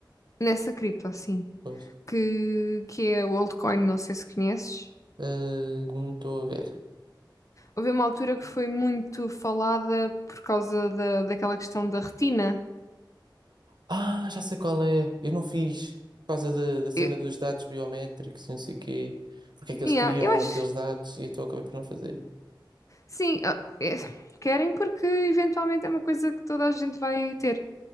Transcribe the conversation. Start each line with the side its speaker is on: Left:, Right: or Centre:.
Left: nessa cripto, assim,
Right: pois.
Left: que, que é o altcoin, não sei se conheces.
Right: Eh, não estou a ver.
Left: Houve uma altura que foi muito falada por causa da, daquela questão da retina.
Right: Ah, já sei qual é. Eu não fiz por causa da, da cena
Left: Eu,
Right: dos dados biométricos, e não sei o quê. Porque é que eles
Left: yeah,
Right: criam
Left: eu acho,
Right: aqueles dados e então eu acabei por não fazer.
Left: sim, ah, é, querem porque eventualmente é uma coisa que toda a gente vai ter,